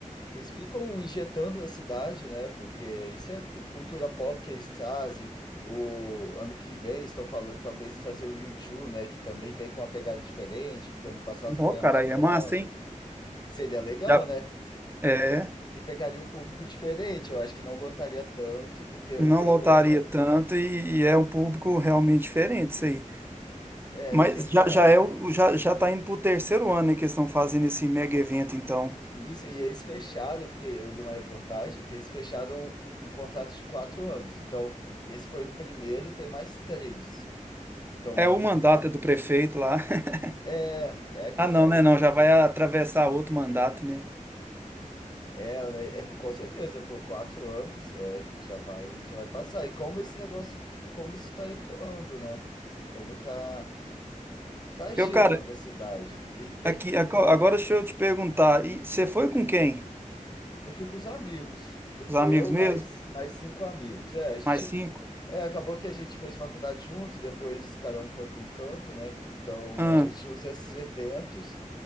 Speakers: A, on the left; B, on the right.
A: que eles ficam injetando na cidade, né? Porque isso é cu- cultura pop que eles trazem. O ano que vem eles estão falando talvez trazer o U2, né? Que também vem com uma pegada diferente, porque ano passado
B: Ó,
A: foi
B: cara,
A: a Madonna.
B: aí é massa, hein?
A: Seria legal,
B: Já,
A: né?
B: é.
A: E pegaria um público diferente, eu acho que não lotaria tanto, porque
B: não
A: o problema
B: lotaria tanto e, e é um público realmente diferente isso aí.
A: é,
B: Mas
A: e quem sabe?
B: já, já é o, já, já tá indo pro terceiro ano, né, que eles estão fazendo esse mega evento, então.
A: Isso, e eles fecharam, eu fiquei, eu li uma reportagem que eles fecharam um, um contrato de quatro anos. Então, esse foi o primeiro, tem mais três. Então,
B: É o
A: aí-
B: mandato do prefeito lá. <laughs>
A: é, é aquele.
B: Ah, não, né? Não, já vai atravessar outro mandato, né?
A: É, né, é, com certeza, por quatro anos é, já vai, já vai passar. E como esse negócio, como isso está ecoando, né? Como tá, tá girando
B: Eu, cara,
A: a cidade. Tem, tem,
B: aqui, aco- agora deixa eu te perguntar, e você foi com quem?
A: eu fui com os amigos. Eu fui
B: Os amigos
A: eu
B: mesmo?
A: mais, mais cinco amigos. É, a gente.
B: Mais cinco?
A: É, acabou que a gente fez faculdade junto, depois cada um foi para um canto, né? Então
B: Ah,
A: a gente usa esses eventos